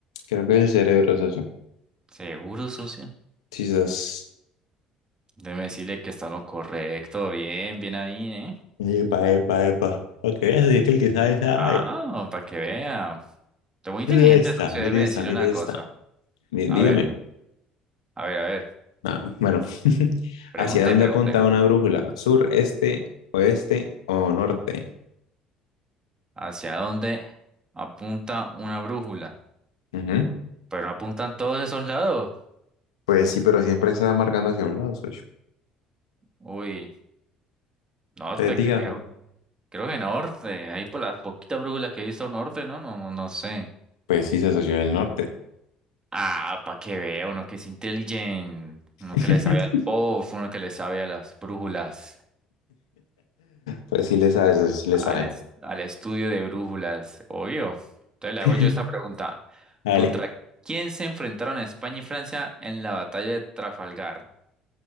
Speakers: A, on the left; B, on the right.
A: Creo que es el cerebro, socio.
B: Seguro, socio.
A: Quizás.
B: Déjeme decirle que está en lo correcto. Bien, bien ahí, ¿eh?
A: Epa, epa, epa. Para que veas, es que el que sabe, sabe.
B: Ah, para que vea. Estoy muy inteligente,
A: Mire esta,
B: entonces
A: mire
B: déjeme
A: esta,
B: decirle
A: mire
B: una
A: esta.
B: cosa.
A: Dí-
B: A
A: Dígame.
B: ver, a ver, a ver.
A: Ah, bueno, <laughs>
B: Pregunte,
A: ¿hacia dónde
B: pregunte.
A: apunta una brújula? ¿Sur, este, oeste o norte?
B: ¿Hacia dónde apunta una brújula?
A: Ujú.
B: Pero no apuntan todos esos lados.
A: Pues sí, pero siempre se va marcando hacia un lado, socio.
B: Uy, norte
A: Te digas,
B: creo.
A: güey.
B: Creo que norte. Ahí por las poquitas brújulas que he visto norte, ¿no? No, no, no sé.
A: Pues sí, se asoció el norte.
B: Ah, para que vea uno que es inteligente. Uno
A: <laughs>
B: que le sabe al POF, uno que le sabe a las brújulas.
A: Pues sí le sabe, socio, sí le
B: Al,
A: sabe.
B: es- al estudio de brújulas. Obvio. Entonces le
A: <laughs>
B: hago yo esta pregunta.
A: Vale.
B: ¿Contra quién se enfrentaron España y Francia en la batalla de Trafalgar?